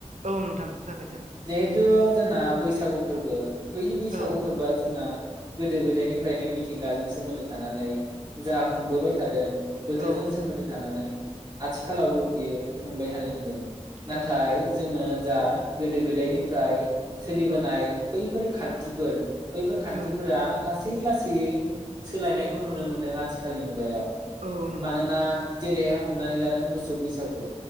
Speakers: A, on the right (about 80°); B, on the right (about 35°).
A: औ नोंथां जागायजागोन।
B: जिहेथु जोंना बैसागु फोरबो बै बैसागु
A: औ ओं
B: फोरबोआ जोंना गोदो गोदायनिफ्रायनो मिथिंगाजों सोमोन्दो थानानै जा
A: औ
B: खुंबोबाय थादों बोथोरजों
A: ओं
B: सोमोन्दो थानानै आथिखालावबो बियो खुंबाय थानाय नुदों।
A: ओं
B: नाथाय जोङो जा गोदो गोदायनिफ्राय सोलिबोनाय
A: औ
B: बैफोर खान्थिफोर बैफोर खान्थिफोरा
A: औ
B: लासै लासैयै सोलायनायखौ नुनो मोन्दों आथिखालनि मुगायाव।
A: औ नंगौ
B: मानोना जेरैहाय हमनानै लानो मोसौ बैसागु।